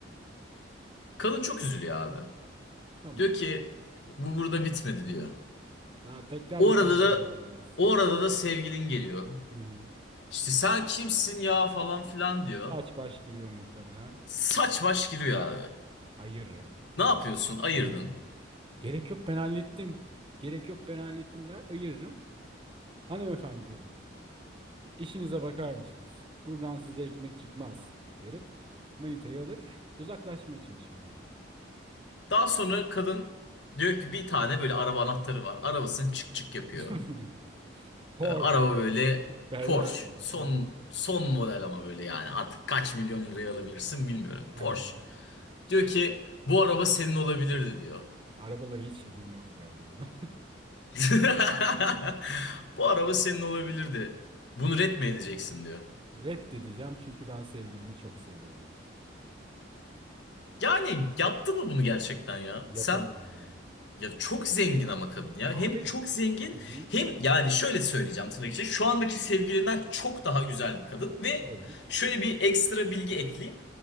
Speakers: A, on the left (about 65°); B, on the right (about 25°).
A: Kadın çok üzülüyor abi.
B: Tamam.
A: Diyor ki bu burada bitmedi diyor.
B: Daha tekrar
A: O
B: mı
A: arada
B: kankim
A: da
B: diyeceksin?
A: o arada da sevgilin geliyor.
B: Hı hı.
A: İşte sen kimsin ya falan filan diyor.
B: Saç baş giriyor muhtemelen.
A: Saç baş giriyor abi.
B: Ayırırım
A: Ne
B: tabii.
A: yapıyorsun? Ayırdın.
B: Ayırırım. Gerek yok ben hallettim. Gerek yok ben hallettim der ayırırım. Hanımefendi derim. İşinize bakar mısınız? Buradan size ekmek çıkmaz derim. Manitayı alır. Uzaklaşmaya çalışırım oradan.
A: Daha sonra kadın diyor ki bir tane böyle araba anahtarı var. Arabasını çık çık yapıyor.
B: <laughs> Porsche,
A: Ee, araba böyle
B: Ferrari.
A: Porsche. Son
B: Ha.
A: son model ama böyle yani. Artık kaç milyon liraya alabilirsin bilmiyorum.
B: Ha.
A: Porsche. Diyor ki bu araba senin olabilirdi diyor.
B: Arabalara hiç ilgim yok ya bu arada.
A: <laughs> Bu araba senin olabilirdi. Bunu ret mi edeceksin diyor.
B: <laughs> Reddedeceğim çünkü ben sevgilimi çok seviyorum.
A: Yani yaptı mı bunu gerçekten ya?
B: Yaparım
A: Sen
B: abi.
A: Ya çok zengin ama kadın ya.
B: Abi.
A: Hem çok zengin
B: Hı hı.
A: hem yani şöyle söyleyeceğim tırnak içinde. Şu andaki sevgilinden çok daha güzel bir kadın. Ve
B: Evet.
A: şöyle bir ekstra bilgi ekleyeyim.